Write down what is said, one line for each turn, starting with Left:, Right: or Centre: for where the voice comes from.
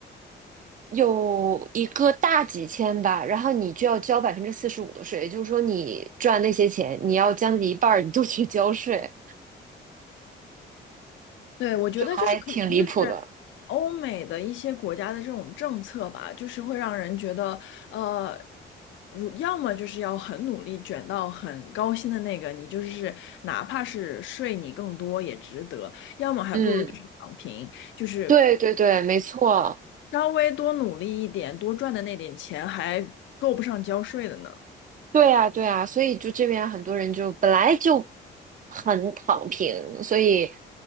Right: 有一个大几千吧，然后你就要交百分之四十五的税，也就是说你赚那些钱，你要将近一半儿你都去交税，
Left: 对，我觉得就是可能就是欧美的一些国家的这种政策吧，
Right: 就还挺离谱的。
Left: 就是会让人觉得，呃，如要么就是要很努力卷到很高薪的那个，你就是哪怕是税你更多也值得；要么还不如就是躺平，
Right: 嗯，
Left: 就是
Right: 对对对，没错，
Left: 稍微多努力一点，多赚的那点钱还够不上交税的呢。
Right: 对啊对啊，所以就这边很多人就本来就很躺平，所以